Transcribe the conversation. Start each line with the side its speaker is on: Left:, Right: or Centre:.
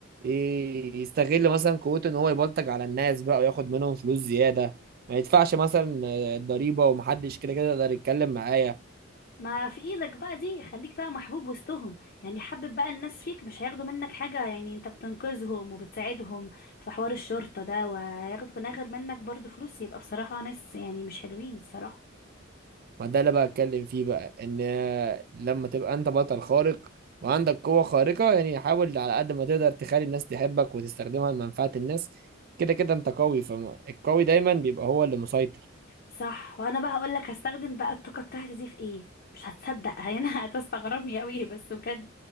Right: إيه يستغل مثلا قوته ان هو يبلطج على الناس بقى وياخد منهم فلوس زياده ما يدفعش مثلا آه، الضريبه ومحدش كده كده يقدر يتكلم معايا
Left: ما في ايدك بقى دي خليك بقى محبوب وسطهم يعني حبب بقى الناس فيك مش هياخدوا منك حاجة يعني انت بتنقذهم وبتساعدهم في حوار الشرطة ده وهياخدوا ناغر منك برضو فلوس يبقى بصراحة ناس يعني مش حلوين الصراحة
Right: ما ده اللي بقى اتكلم فيه بقى ان آه، لما تبقى انت بطل خارق وعندك قوه خارقه يعني حاول على قد ما تقدر تخلي الناس تحبك وتستخدمها لمنفعه الناس كده كده انت قوي فالقوي دايما بيبقى هو اللي مسيطر
Left: صح وانا بقى هقول لك هستخدم بقى الطاقه بتاعتي دي في ايه مش هتصدق <laughs> يعني هتستغربني قوي بس بجد